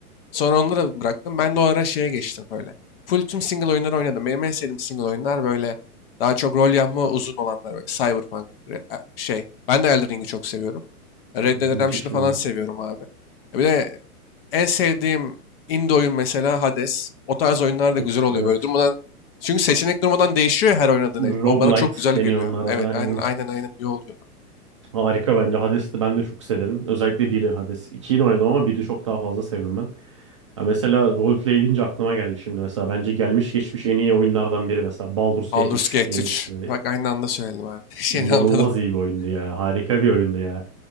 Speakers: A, on the left; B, on the right.
A: Sonra onları bıraktım. Ben de o ara şeye geçtim böyle. Full tüm single oyunları oynadım. Benim en sevdiğim single oyunlar böyle daha çok rol yapma uzun olanlar böyle. Cyberpunk re- e, şey. Ben de Elden Ring'i çok seviyorum. Red
B: Müthiş
A: Dead Redemption'ı falan
B: bir oyun.
A: seviyorum abi. E Bir de en sevdiğim indie oyun mesela Hades. O tarz oyunlar da
B: Of
A: güzel oluyor
B: evet.
A: böyle durmadan. Çünkü seçenek durmadan değişiyor ya her oynadığın
B: Roguelite
A: el. O bana çok güzel
B: deniyor
A: geliyor.
B: onlara
A: Evet
B: da aynen.
A: aynen aynen aynen iyi oluyor. bak.
B: Harika bence. Hades'i ben de çok severim. Özellikle biri Hades. 2'yi de oynadım ama biri çok daha fazla sevdim ben. Ya mesela roleplay deyince aklıma geldi şimdi mesela. Bence gelmiş geçmiş en iyi oyunlardan biri mesela. Baldur's
A: Baldur's
B: Gate 3
A: Gate
B: yeni
A: 3.
B: çıktı.
A: Bak aynı anda söyledim abi. <laughs> Şeyini
B: İnanılmaz
A: anladım.
B: iyi bir oyundu ya. Harika bir oyundu ya.